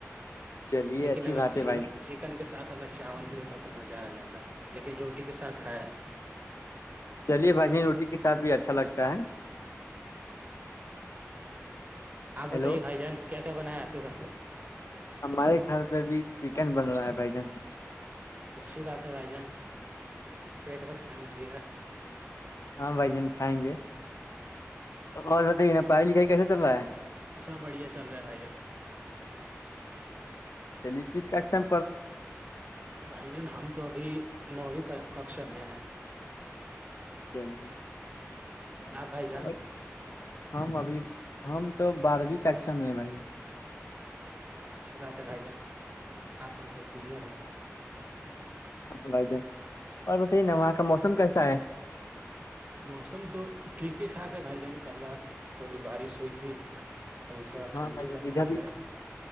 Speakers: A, on the left; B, on the right.
A: چلیے
B: لیکن
A: اچھی
B: اگر
A: بات ہے
B: چ
A: بھائی
B: چکن کے ساتھ اگر چاول بھی ہوتا تو مزہ آ جاتا لیکن روٹی کے ساتھ کھائے
A: چلیے بھجیا روٹی کے ساتھ بھی اچھا لگتا ہے
B: آپ
A: ہیلو
B: بتائیے بھائی جان کیا کیا بنا ہے آپ کے گھر پہ
A: ہمارے گھر پہ بھی چکن بن رہا ہے بھائی جن
B: اچھی بات ہے بھائی جان پیٹ بھر کھا لیجیے گا
A: ہاں بھائی جان کھائیں گے اور بتائیے نا پڑھائی لکھائی کیسے چل رہا ہے
B: سب بڑھیا چل رہا ہے بھائی جان
A: چلیے کس کاشم
B: بھائی جان ہم تو ابھی نوویں ککشا میں ہے
A: چلیے
B: راب بھائی جان
A: اور ہم ابھی ہم تو بارہویں ککشا میں ہے بھائی ہم
B: اچھی بات ہے بھائی جان آپ ہم سے سینئر ہے
A: بھائی جان اور بتائیے نا وہاں کا موسم کیسا ہے
B: موسم تو ٹھیک ہی ٹھاک ہے بھائی جان کل رات تھوڑی بارش ہوئی تھی ابھی تھوڑا
A: ہاں
B: ٹھنڈی
A: بھائی جان
B: کا
A: ادھر
B: ماحول
A: بھی
B: ہے